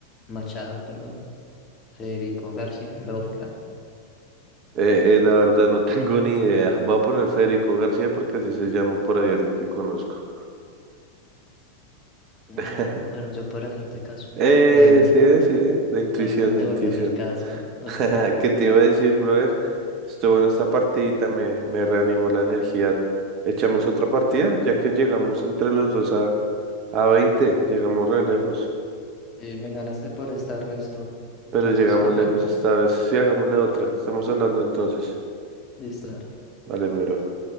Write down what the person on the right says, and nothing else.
Eh, eh, la verdad no tengo ni idea. Voy a poner Federico García porque así se llama por ahí alguien que conozco.
<laughs>
Eh,
sí, eh, sí, eh, La intuición,
la intuición.
<laughs> ¿Qué te iba a decir, brother? Estuvo en esta partidita, me, me reanimó la energía. Echamos otra partida, ya que llegamos entre los dos a, a 20 llegamos re lejos,
pero llegamos
lejos esta vez. Sí, hagámosle otra, estamos hablando entonces.
Vale, mi bro.